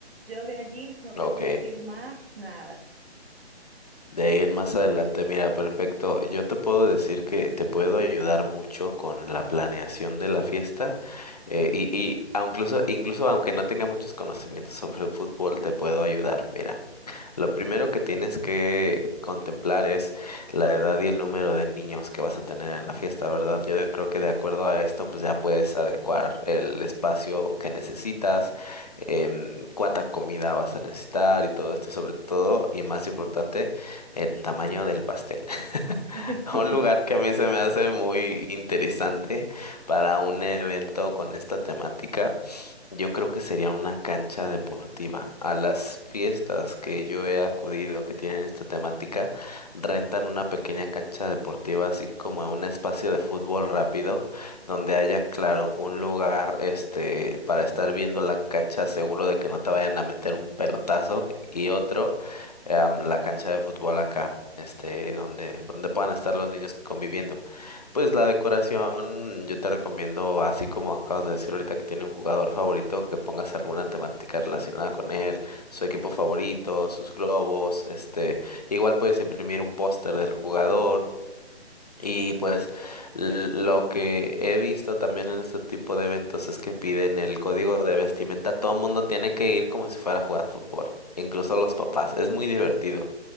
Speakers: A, on the right (about 65°); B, on the left (about 35°).
A: Yo de allí no
B: Ok,
A: te sé decir más nada.
B: de ahí en más adelante, mira, perfecto. Yo te puedo decir que te puedo ayudar mucho con la planeación de la fiesta eh, y, y a- incluso, incluso aunque no tenga muchos conocimientos sobre fútbol, te puedo ayudar. Mira. Lo primero que tienes que contemplar es la edad y el número de niños que vas a tener en la fiesta, ¿verdad? Yo de- creo que de acuerdo a esto, pues ya puedes adecuar el espacio que necesitas, em, cuánta comida vas a necesitar y todo esto, sobre todo, y más importante, el tamaño del pastel. <laughs>
A: <laughs> Sí.
B: Un lugar que a mí se me hace muy interesante para un evento con esta temática. Yo creo que sería una cancha deportiva. A las fiestas que yo he acudido que tienen esta temática, rentan una pequeña cancha deportiva, así como un espacio de fútbol rápido, donde haya, claro, un lugar, este, para estar viendo la cancha, seguro de que no te vayan a meter un pelotazo, y otro, em, la cancha de fútbol acá, este, donde, donde puedan estar los niños conviviendo. Pues la decoración, yo te recomiendo, así como acabas de decir ahorita que tiene un jugador favorito, que pongas alguna temática relacionada con él, su equipo favorito, sus globos, este, igual puedes imprimir un póster del jugador. Y pues l- lo que he visto también en este tipo de eventos es que piden el código de vestimenta. Todo el mundo tiene que ir como si fuera a jugar fútbol, incluso los papás. Es muy divertido,